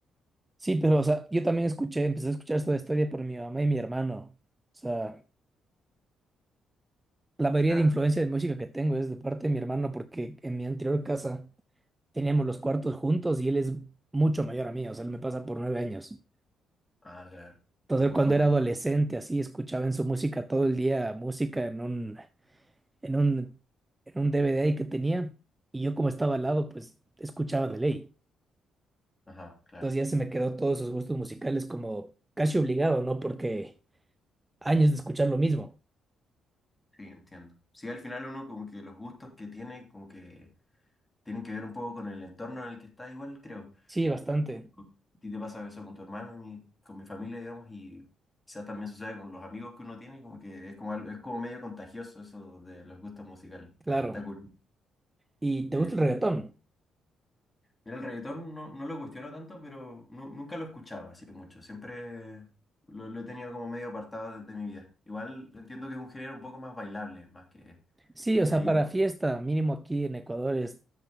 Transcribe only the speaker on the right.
Sí, pero, o sea, yo también escuché, empecé a escuchar Soda Stereo por mi mamá y mi hermano. O sea, La mayoría
de influencia de música que tengo es de parte de mi hermano, porque en mi anterior casa teníamos los cuartos juntos y él es mucho mayor a mí, o sea, él me pasa por nueve años.
Entonces,
él cuando
era adolescente, así, escuchaba en su música todo el día música en un, en un, en un DVD ahí que tenía, y yo como estaba al lado, pues escuchaba de ley.
Entonces ya se me quedó todos sus gustos musicales como casi obligado, ¿no? Porque años de escuchar lo mismo.
Sí, bastante,
claro.
¿Y te
gusta el reggaetón?
Sí, o
sea,
para fiesta, mínimo aquí en Ecuador es